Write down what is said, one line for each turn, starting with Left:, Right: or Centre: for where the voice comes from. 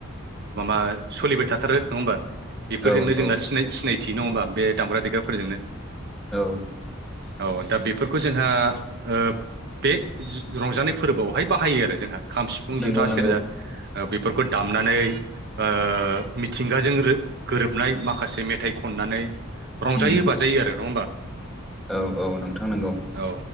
Right: माबा सोलिबाय थाथारो नङा होमबा? बेफोरजोंनो
Centre: औ
Right: जोंना
Centre: औ
Right: सिनाय सिनायथि नङा होमबा बे दामग्रा देग्राफोरजोंनो
Centre: औ
Right: औ दा बेफोरखौ जोंहा ओब बे रंजानाय फोरबोआवहाय बाहायो आरो जोंहा खाम सिफुं
Centre: नंगौ
Right: जोथा
Centre: नंगौ
Right: सेरजा ओ बेफोरखौ दामनानै ओ मिथिंगाजों रो- गोरोबनाय मा खासे मेथाइ खननानै रंजायो
Centre: उम
Right: बाजायो आरो नङा होमबा।
Centre: औ औ नोंथां नोंगौ
Right: औ